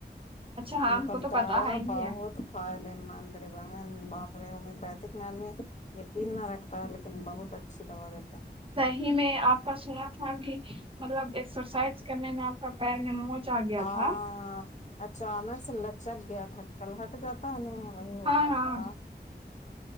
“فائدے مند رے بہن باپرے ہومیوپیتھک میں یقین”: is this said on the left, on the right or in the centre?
Left